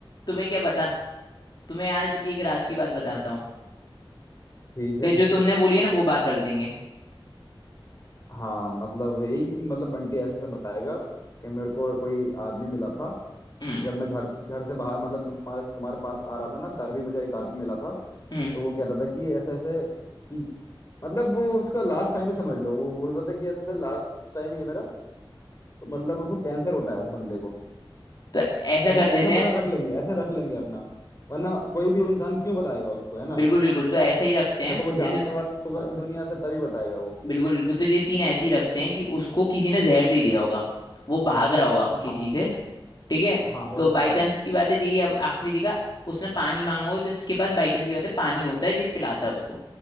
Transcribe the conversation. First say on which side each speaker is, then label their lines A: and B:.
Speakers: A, on the left; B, on the left.
A: तुम्हें क्या पता तुम्हें आज एक राज की बात बताता हूँ
B: ठीक
A: फिर
B: है
A: जो तुमने बोली है ना वो बात रख देंगे
B: हाँ मतलब यही कि मतलब बंटी ऐसे से बताएगा कि मेरे को कोई आदमी मिला था
A: हम्म
B: जब मैं घर घर से बाहर मतलब तुम्हारे तुम्हारे पास आ रहा था ना तभी मुझे एक आदमी मिला था
A: हम्म
B: तो वो कह रहा था कि ऐसे ऐसे कि मतलब वो उसका लास्ट टाइम ही समझ लो वो बोल रहा था कि ऐसे ऐसे लास्ट टाइम ही है मेरा तो मतलब उसको कैंसर होता है उस बंदे को
A: तो ऐसा
B: ऐसा
A: कर देते
B: ऐसा अपना
A: हैं
B: रख लेंगे ऐसे रख लेंगे अपना वरना कोई भी इंसान क्यों बताएगा उसको है ना
A: बिल्कुल बिल्कुल तो ऐसे ही रखते हैं
B: या तो वो
A: जैसे
B: जानने वाला होगा दुनिया से तभी बताएगा वो
A: बिल्कुल बिल्कुल तो ये सीन ऐसे ही रखते हैं कि उसको किसी ने जहर दे दिया होगा वो भाग रहा होगा
B: हाँ
A: किसी से ठीक है
B: हाँ हो
A: तो
B: सकता
A: बाई चांस
B: है
A: की बात है यही अब आखिरी दिखा उसने पानी मांगा होगा तो इसके पास बाई चांस की बात है पानी होता है ये पिलाता है उसको